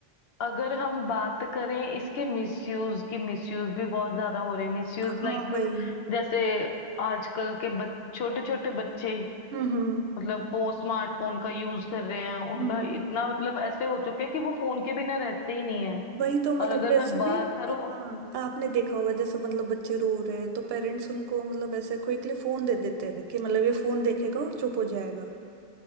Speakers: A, on the left; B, on the right.
A: अगर हम बात करें इसके मिसयूज की मिसयूज भी बहुत ज्यादा हो रहे हैं मिसयूज
B: हाँ
A: लाइक
B: वही
A: जैसे आजकल के बच, छोटे छोटे बच्चे
B: हम्म हम्म
A: मतलब वो स्मार्टफोन का यूज कर रहे हैं
B: हम्म,
A: उनका
B: हम्म,
A: इतना मतलब ऐसे हो चुका है कि वो फोन के बिना रहते ही नहीं है
B: वही तो मतलब
A: और अगर
B: जैसे
A: मैं बात
B: भी
A: करूं
B: हाँ आपने देखा होगा जैसे मतलब बच्चे रो रहे हैं तो पेरेंट्स उनको मतलब ऐसे क्विकली फोन दे देते हैं कि मतलब ये फोन देखेगा और चुप हो जाएगा